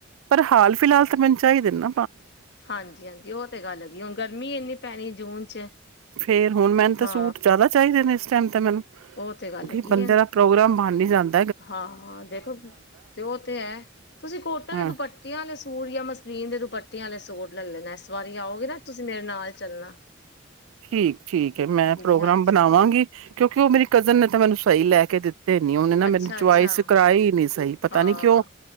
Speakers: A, on the right; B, on the left.
A: ਪਰ ਹਾਲ ਫਿਲਹਾਲ ਤਾਂ ਮੈਨੂੰ ਚਾਹੀਦੇ ਨੇ
B: ਹਾਂਜੀ ਹਾਂਜੀ ਉਹ ਤੇ ਗੱਲ ਹੈਗੀ ਹੁਣ ਗਰਮੀ ਇੰਨੀ ਪੈਣੀ ਜੂਨ ਚ
A: ਫੇਰ ਹੁਣ ਮੈਨੂੰ ਤਾਂ
B: ਹਾਂ
A: ਸੂਟ ਜ਼ਿਆਦਾ ਚਾਹੀਦੇ ਨੇ ਸ ਚਨ ਤਨਮ। ਕਿਉਂਕਿ,
B: ਉਹ ਤੇ ਗੱਲ ਹੈਗੀ
A: ਬੰਦੇ
B: ਹੈ
A: ਦਾ ਪ੍ਰੋਗਰਾਮ ਬਣ ਈ ਜਾਂਦ
B: ਹਾਂ ਦੇਖੋ, ਤੇ ਓਹ ਤੇ ਹੈ ਤੁਸੀਂ ਕੋਟਨ
A: ਹਾਂ
B: ਦੀ ਦੁਪੱਟੀਆਂ ਵਾਲੇ ਸੂਟ ਯਾ ਮਸਲੀਨ ਦੇ ਦੁਪੱਟਿਆਂ ਆਲੇ ਸੂਟ ਲੈ ਲੈਣਾ। ਵਾਰੀ ਆਓਗੇ ਨਾ ਤੁਸੀਂ ਮੇਰੇ ਨਾਲ ਚ ਚਲਨਾ।
A: ਠੀਕ ਠੀਕ ਹੈ, ਮੈਂ ਪ੍ਰੋਗਰਾਮ
B: ਹਾਂਜੀ
A: ਬਣਾਵਾਂਗੀ ਕਿਉਂਕਿ ਉਹ ਮੇਰੀ ਕਜ਼ਨ ਨੇ ਤਾਂ ਮੈਨੂੰ ਸੂ ਸਹੀ ਲੈ ਕੇ ਦਿੱ ਤੇ ਨੀ ਔਨੇ ਨਾ ਮੈਨੂੰ
B: ਅੱਛਾ
A: ਚੁਆਇਸ
B: ਅੱਛਾ
A: ਕਰਾਈ ਨੀ ਸਹੀ ਪਤਾ
B: ਹਾਂ
A: ਨੀ ਕਿਓ?